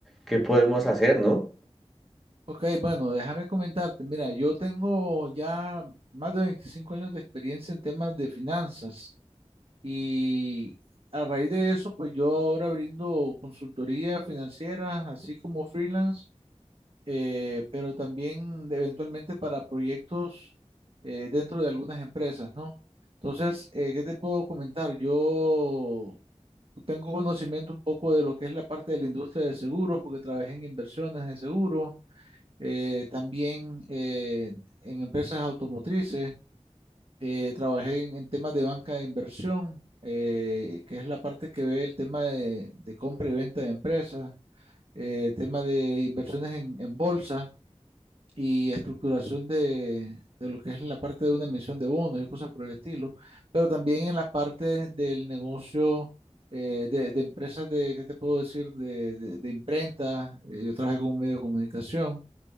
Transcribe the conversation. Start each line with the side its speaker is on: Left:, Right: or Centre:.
Centre: qué podemos hacer, ¿no?
Right: Ok, bueno, déjame comentarte. Mira, yo tengo ya más de 25 años de experiencia en temas de finanzas. Y a raíz de eso, pues yo ahora brindo consultoría financiera, así como freelance, eh, pero también eventualmente para proyectos eh, dentro de algunas empresas, ¿no? Entonces, eh, ¿qué te puedo comentar? Yo tengo conocimiento un poco de lo que es la parte de la industria de seguros, porque trabajé en inversiones de seguros, eh, también eh, en empresas automotrices. Eh, trabajé en, en temas de banca de inversión, eh, que es la parte que ve el tema de, de compra y venta de empresas, eh, tema de inversiones en, en bolsa y estructuración de, de lo que es la parte de una emisión de bonos y cosas por el estilo, pero también en la parte del negocio eh, de, de empresas de, ¿qué te puedo decir?, de, de, de imprenta, eh, yo trabajé con un medio de comunicación